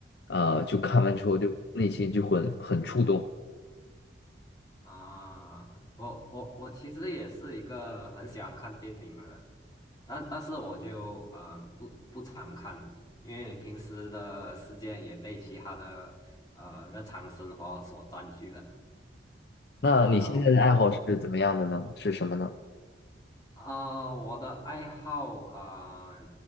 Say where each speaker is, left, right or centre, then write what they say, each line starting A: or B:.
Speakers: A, on the left; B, on the left.
A: 呃就看完之后就内心就会很触动。
B: 同意啊，我我我其实也是一个很喜欢看电影的人，但但是我就嗯、呃不不常看，因为平时的时间也被其他的啊日常生活所占据了。
A: 那你现在的爱好是怎么样的呢？
B: 啊、我
A: 是什么呢？
B: 啊、我的爱好啊、